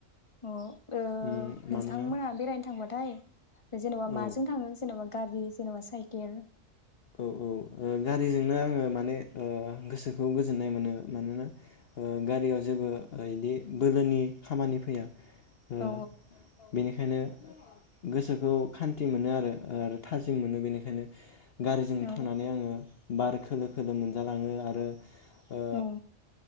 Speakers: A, on the left; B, on the left.
A: अ ओ
B: उम
A: नोंथांमोना
B: मानोना
A: बेरायनो थांबाथाय जेनेबा
B: औ
A: माजों थाङो जेनेबा गारि जेनेबा साय केल
B: औ औ ओ गारिजोंनो आंङो माने ओ गोसोखौ गोजोननाय मोनो मानोना गारियाव जेबो इदि बोलोनि खामानि फैया। ओ
A: औ
B: बेनि खायनो गोसोखौ खान्थि मोनो आरो आरो थाजिम मोनो बेनिखायनो गारिजों
A: औ
B: थांनानै आंङो बार खोलो-खोलो मोनजालाङो आरो ओ
A: औ